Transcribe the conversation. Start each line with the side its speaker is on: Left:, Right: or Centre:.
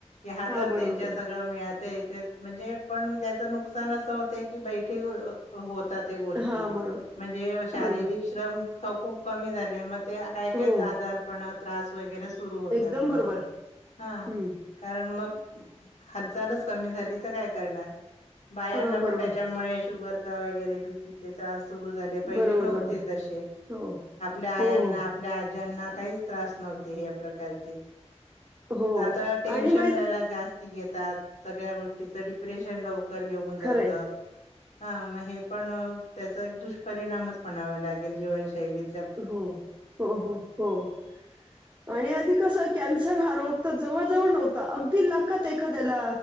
Left: हातात
Right: हां बरोबर,
Left: त्यांच्या
Right: बरोबर.
Left: सगळं मिळतंय म्हणजे पण त्याच नुकसान नुकसान असं होत की बैठे होतात त्या गोष्टी
Right: हां बरोबर,
Left: म्हणजे शारीरिक
Right: बरोबर.
Left: श्रम खूप कमी झाले मग ते काय, काय
Right: हो
Left: आजारपणात त्रास वगैरे सुरू होतात
Right: एकदम
Left: मग
Right: बरोबर
Left: हा
Right: हम्म
Left: कारण मग हालचालच कमी झाली तर काय करणार? बायांना
Right: हा बरोबर
Left: पण त्याच्यामुळे शुगर वगैरे बी पी चे त्रास पहिले
Right: बरोबर
Left: नव्हते
Right: बरोबर
Left: तसे
Right: हो
Left: आपल्या आयांना
Right: हो हो
Left: आपल्या आज्यां ज्यांना काहीच त्रास नव्हते या प्रकारचे
Right: हो
Left: त्या काळात टेन्शन
Right: आणि माहित
Left: घेतात सगळ्या गोष्टीचं डिप्रेशन लवकर येऊन जात
Right: खरंय
Left: हा मग हे पण त्याचा एक दुष्परिणामच म्हणावा लागेल जीवनशैलीत
Right: हो, हो, हो, हो आणि आधी कस कन्सर हा रोग तर जवळ जवळ नव्हता अगदी लाखात एखाद्याला